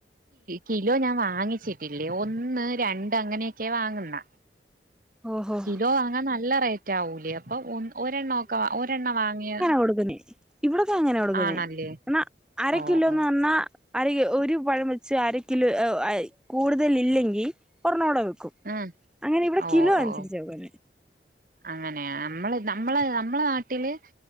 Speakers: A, on the right; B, in the centre.
A: കിലോ ഞാൻ വാങ്ങിച്ചിട്ടില്ലേ ഒന്ന് രണ്ട് അങ്ങനെയൊക്കെ വാങ്ങുന്ന
B: ഓഹോ
A: കിലോ അങ്ങൻ നല്ല റേറ്റ് ആവൂലേ അപ്പൊ ഒ ഒരെണ്ണ ഒക്കെ ഒരെണ്ണം വാങ്ങിയ
B: കൊടുക്കുന്നെ ഇവിടൊക്കെ അങ്ങനെ കൊടുക്കുന്നേ
A: ആണല്ലേ
B: ക അരക്കില്ലോന്ന്
A: ഓ ഓ
B: പറഞ്ഞാ അര ഒരു പഴം വെച്ച് അരക്കിലോ കൂടുതൽ ഇല്ലെങ്കിൽ ഒരണ്ണോടെ വെക്കും
A: ഉം
B: അങ്ങനെ ഇവിടെ
A: ഓ
B: കിലോ അനുസരിച്ചോക്കെ
A: ഓ അങ്ങനെയ നമ്മള് നമ്മള നമ്മളെ നാട്ടില്